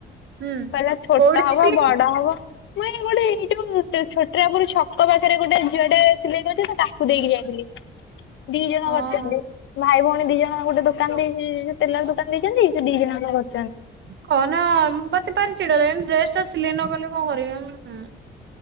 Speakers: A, on the right (about 65°); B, on the left (about 75°).
A: ହୁଁ।
B: କହିଲା ଛୋଟ
A: କୋଉଠି
B: ହବ,
A: ଯାଇଥିଲି
B: ବଡ
A: କି?
B: ହବ। ମୁଁ, ଏଇ ଗୋଟେ, ଏଇ ଯୋଉ ଛୋଟାରାପୁର ଛକ ପାଖରେ, ଗୋଟେ ଝିଅ ଟେ ସିଲେଇ କରୁଛି ୲ତାକୁ ଦେଇକି ଯାଇଥିଲି। ଦି ଜଣ,
A: ହଁ
B: କରିଚନ୍ତି ୲ ଭାଇ, ଭଉଣୀ ଦି, ଜ ହଁ, ଗୋଟେ ଦୋକାନ ଦେଇଚି ୲ଟେଲର ଦୋକାନ, ଦେଇଚନ୍ତି ୲ ସେ ଦି ଜଣ ଆଙ୍କ, କରୁ
A: କହନା, ମୁଁ ପା ସେ, ପାରି ଚିଡା ଲାଗିଲାଣି, ଡ୍ରେସ୍ ଟା ସିଲେଇ ନ କଲେ କଣ, କରିବି ଉଂ ଉଂ।